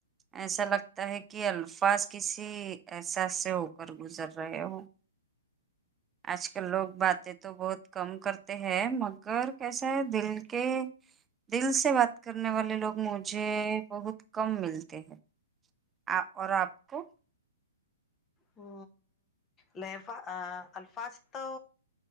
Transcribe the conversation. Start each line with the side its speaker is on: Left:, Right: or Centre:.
Right: ایسا لگتا ہے کہ الفاظ کسی احساس سے اوپر گزر رہے ہوں آج کل لوگ باتیں تو بہت کم کرتے ہیں مگر کیسا ہے دل کے دل سے بات کرنے والے لوگ مجھے بہت کم ملتے ہیں آپ اور آپ کو
Left: ہو لیںفا آ الفاظ تو